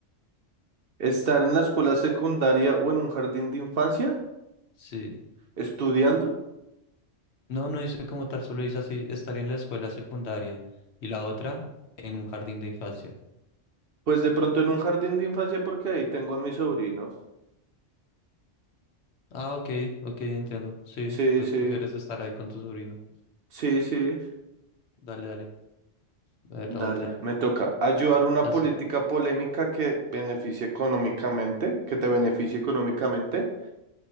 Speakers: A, on the right; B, on the left.
A: Estar en la escuela secundaria o en un jardín de infancia,
B: Sí.
A: estudiando.
B: No, no dice como tal, solo dice así, estar en la escuela secundaria y la otra en un jardín de infancia.
A: Pues de pronto en un jardín de infancia porque ahí tengo a mi sobrino.
B: Ah, ok, ok, entiendo. Sí,
A: Sí,
B: pues
A: sí,
B: prefieres estar ahí con tu sobrino.
A: sí, sí.
B: Dale, dale. A ver
A: Dale,
B: la otra.
A: me toca. Ayudar una
B: Ah,
A: política
B: sí.
A: polémica que beneficie económicamente, que te beneficie económicamente.